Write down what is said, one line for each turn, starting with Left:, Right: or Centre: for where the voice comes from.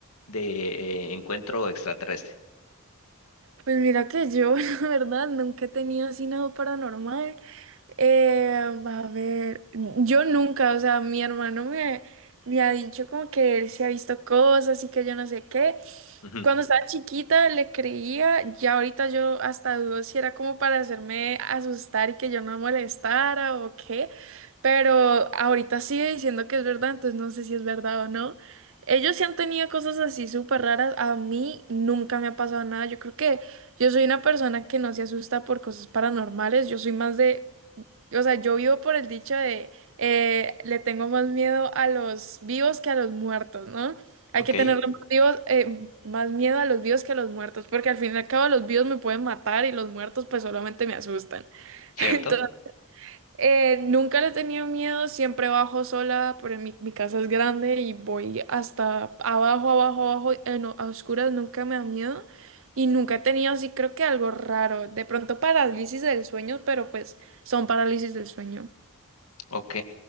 Left: de eh, encuentro extraterrestre.
Right: Pues mira que yo, <laughs> la verdad, nunca he tenido así nada paranormal. Eh, a ver, yo nunca, o sea, mi hermano me, me ha dicho como que él se ha visto cosas y que yo no sé qué.
Left: Ujú,
Right: Cuando estaba chiquita le creía, ya ahorita yo hasta dudo si era como para hacerme asustar y que yo no molestara o qué, pero ahorita sigue diciendo que es verdad, entonces no sé si es verdad o no. Ellos sí han tenido cosas así súper raras, a mí nunca me ha pasado nada, yo creo que... Yo soy una persona que no se asusta por cosas paranormales, yo soy más de, o sea, yo vivo por el dicho de, eh, le tengo más miedo a los vivos que a los muertos, ¿no? Hay
Left: Ok,
Right: que tenerle más vivos, eh, más miedo a los vivos que a los muertos, porque al fin y al cabo los vivos me pueden matar y los muertos pues solamente me asustan. <laughs>
Left: cierto.
Right: entonces eh, nunca le he tenido miedo, siempre bajo sola, pero mi, mi casa es grande y voy hasta abajo, abajo, abajo, en o- a oscuras, nunca me da miedo y nunca he tenido así, creo que algo raro, de pronto parálisis del sueño, pero pues son parálisis del sueño.
Left: Ok,